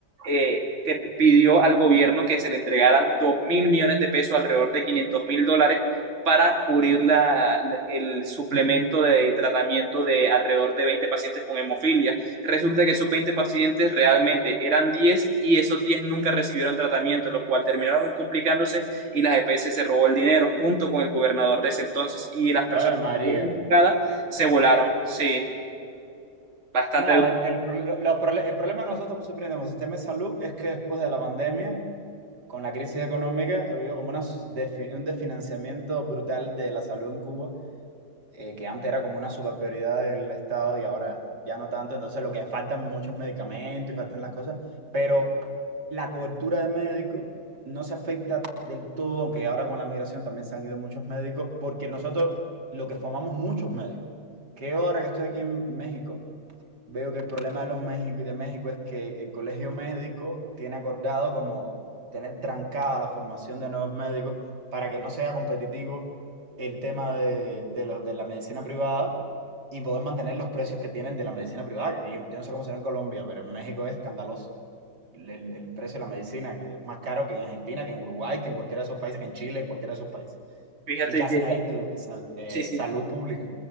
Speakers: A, on the right; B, on the right.
A: eh, que pidió al gobierno que se le entregaran dos mil millones de pesos, alrededor de quinientos mil dólares, para cubrir la- el suplemento de tratamiento de alrededor de 20 pacientes con hemofilia. Resulta que esos 20 pacientes realmente eran 10 y esos 10 nunca recibieron tratamiento, lo cual terminaron complicándose y la EPS se robó el dinero junto con el gobernador de ese entonces y las personas
B: Ay, María.
A: que fueron implicadas se volaron. Sí, bastante.
B: No, el, el, pro- los prole- el problema que nosotros estamos sufriendo con el sistema de salud es que después de la pandemia, con la crisis económica, ha habido como una s- defi- un desfinanciamiento brutal de la salud en Cuba, eh, que antes era como una super prioridad del Estado y ahora ya no tanto. Entonces, lo que faltan muchos medicamentos y faltan las cosas, pero la cobertura de médicos no se afecta del todo, aunque ahora con la migración también se han ido muchos médicos, porque nosotros lo que formamos muchos médicos. Que ahora que estoy aquí en en México veo que el problema de los México y de México es que el colegio médico tiene acordado como tener trancada la formación de nuevos médicos para que no sea competitivo el tema de, de los, de la medicina privada y poder mantener los precios que tienen de la medicina privada, que yo, yo no sé cómo será en Colombia, pero en México es escandaloso el, el- el precio de la medicina, que es más caro que en Argentina, que en Uruguay, que en cualquiera de esos países, que en Chile, en cualquiera de esos países.
A: Fíjate
B: Y casi
A: que
B: no hay edu- sal- eh,
A: sí, sí.
B: salud pública.